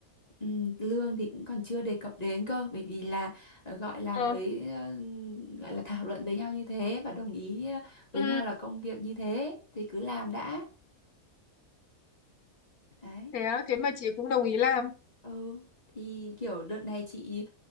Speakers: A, on the left; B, on the left.
A: Ừ, lương thì cũng còn chưa đề cập đến cơ bởi vì là ờ, gọi là
B: Ờ.
A: mới ờ, gọi là thảo luận với nhau như thế và đồng ý ờ, với
B: Ừ.
A: nhau là công việc như thế thì cứ làm đã đấy
B: Thế á, thế mà chị cũng đồng ý làm.
A: Ừ thì kiểu đợt này chị